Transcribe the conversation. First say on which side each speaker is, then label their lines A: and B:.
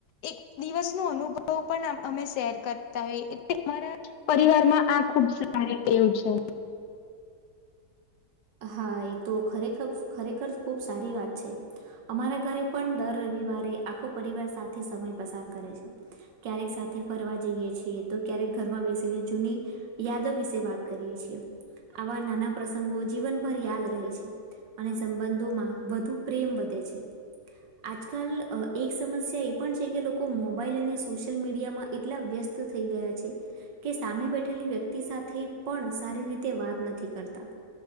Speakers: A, on the left; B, on the right.
A: એક દિવસ નો અનુભવ પણ અમે શેર કરતા હોય એટલે અમારા પરિવારમાં આ ખુબ સારી ટેવ છે.
B: હા એ તો ખરેખર ખરેખર ખુબ સારી વાત છે. અમારા ઘરે પણ દર રવિવારે આખો પરિવાર સાથે સમય પસાર કરે છે. ક્યારેક સાથે ફરવા જઈએ છીએ તો ક્યારેક ઘરમાં બેસીને જૂની યાદો વિશે વાત કરીએ છીએ આવા નાના પ્રસંગો જીવનભર યાદ રહે છે અને સંબંધોમાં વધુ પ્રેમ વધે છે. આજકાલ અ એક સમસ્યા એ પણ છે કે લોકો મોબાઈલ અને સોશિયલ મીડિયામાં એટલા વ્યસ્ત થઈ ગયા છે. કે સામે બેઠેલી વ્યક્તિ સાથે પણ સારી રીતે વાત નથી કરતા.